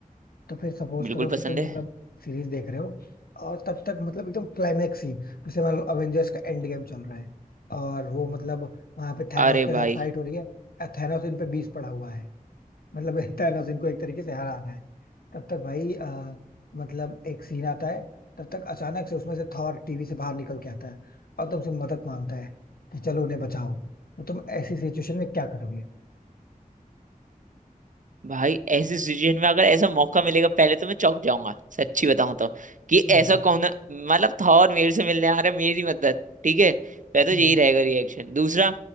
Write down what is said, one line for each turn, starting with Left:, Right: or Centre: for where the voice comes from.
Left: तो फिर सपोज
Right: बिल्कुल
Left: करो
Right: पसंद
Left: कि तुम
Right: है
Left: मतलब सीरीज देख रहे हो और तब तक मतलब एकदम क्लाइमेक्स ही जैसे मान लो अवेंजर्स का एंड गेम चल रहा है और वो मतलब वहां पे थैनोस
Right: अरे
Left: के साथ
Right: भाई
Left: फाइट हो रही है थैनोस इन पे बीस पड़ा हुआ है मतलब <laughs> थैनोस इनको एक तरीके से हराना है तब तक भाई अ, मतलब एक सीन आता है तब तक अचानक से उसमें से थॉर टीवी से बाहर निकल के आता है और तुमसे मदद मांगता है कि चलो उन्हें बचाओ तो तुम ऐसी सिचुएशन में क्या करोगे
Right: भाई ऐसी सिचुएशन में अगर ऐसा मौका मिलेगा पहले तो मैं चौंक जाऊंगा सच्ची बताऊं तो कि
Left: हम्म
Right: ऐसा कौन मतलब था और मेरे से मिलने आ रहा है मेरी मदद ठीक है पहले तो यही
Left: हाँ
Right: रहेगा रिएक्शन दूसरा